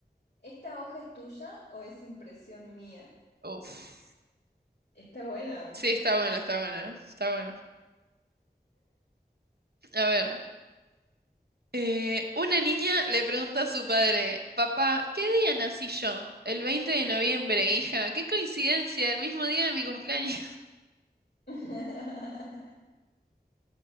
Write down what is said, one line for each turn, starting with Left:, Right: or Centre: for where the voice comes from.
Left: ¿Esta hoja es tuya o es impresión mía?
Right: Uf.
Left: Está bueno.
Right: Sí, está buena, está buena, está buena. A ver, eh, una niña le pregunta a su padre, papá, ¿qué día nací yo? El 20 de noviembre, hija. Qué coincidencia, el mismo día de mi cumpleaños.
Left: <laughs>